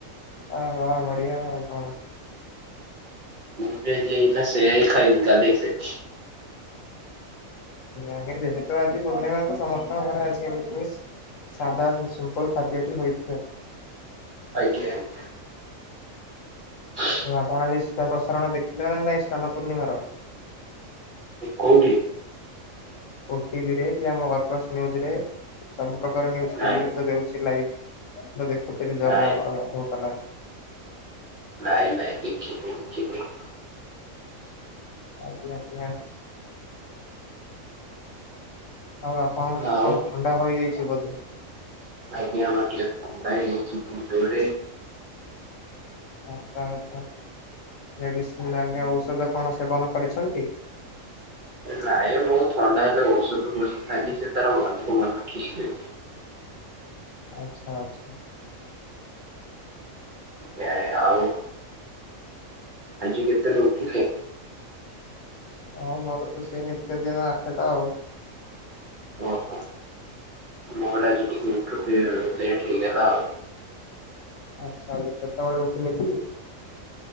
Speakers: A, on the left; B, on the right.
A: ହଁ ବା ବଢିଆ ଆଉ କଣ?
B: ମୁଁ ବି ଆଜି ଏଇନା ସେଇଆହିଁ ଖାଇବି, ଗାଧେଇ ସାରି।
A: ଆଜ୍ଞା <unintelligible> ଆଜି ପୂର୍ଣ୍ଣିମା କୁ ସମସ୍ତଙ୍କର ଆଜି ଏମିତି ସାଧା ସିମ୍ପଲ ଖାଦ୍ୟ ଟି ହୋଇଥିବ।
B: ଆଜ୍ଞାଜ୍ଞା। <inaudible>
A: ଆପଣ ଆଜି ସିଧା ପ୍ରସାରଣ ଦେଖିଲେ ନା ନାଇଁ ସ୍ନାନ ପୂର୍ଣ୍ଣିମାର।
B: କୋଉଠି?
A: ଓ ଟିଭିରେ କି ଆମ ହରପାସ ନିୟୁଜ ରେ ସବୁ ପ୍ରକାରଜ ନିୟୁଜ
B: ନାଇଁ
A: ଟିଭିରେତ ଦେଉଛି ଲାଇଭ। ମୁଁ ଦେଖୁଥିଲି ଜଗା
B: ନାଇଁ
A: ଆମର ଗାଧଉଥିଲା।
B: ନାଇଁ ନାଇଁ ଦେଖିନି ଦେଖିନି।
A: ଆଜ୍ଞାଜ୍ଞା। ଆଉ ଆପଣ
B: ଆଉ
A: କଣ ଥଣ୍ଡା ହୋଇଯାଇଛି ବୋଧେ?
B: ଆଜ୍ଞା ଆମର ଟିକେ ଥଣ୍ଡା ହେଇଯାଇଚି ଜୋରରେ।
A: ଆଚ୍ଛା ଆଚ୍ଛା ମେଡ଼ିସିନ <unintelligible> ଔଷଧ କଣ ସେବନ କରିଛନ୍ତି?
B: ନାଇଁ ମୁଁ ଥଣ୍ଡା ହେଲେ ଔଷଧ <unintelligible> ସେ ତାର ମନକୁ ମନ ଠିକ ହେଇଯାଏ।
A: ଆଚ୍ଛା ଆଚ୍ଛା।
B: ନାଇଁ ଆଉ ଆଜି କେତେରେ ଉଠିଲେ?
A: ହଁ ମୋର ତ ସେଇ ନିତ୍ୟ ଦିନ ଆଠଟା ଆଉ।
B: ଓହୋ ମୋର ଆଜି ଟିକେ ଉଠୁଚି ଲେଟ୍ ହେଇଗଲା ଆଉ।
A: ଆଚ୍ଛା ଯେ କେତେବେଳେ ଉଠିଲେ କି?